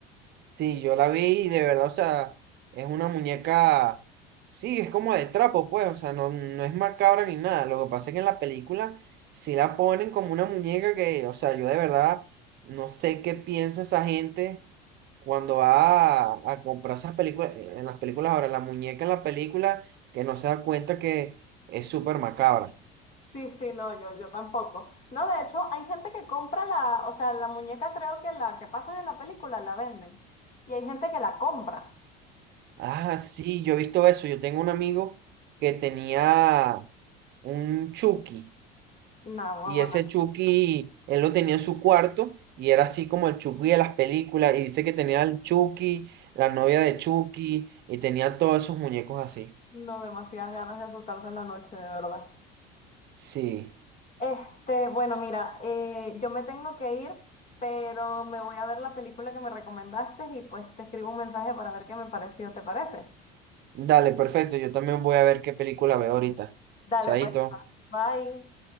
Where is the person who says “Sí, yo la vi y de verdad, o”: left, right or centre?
Right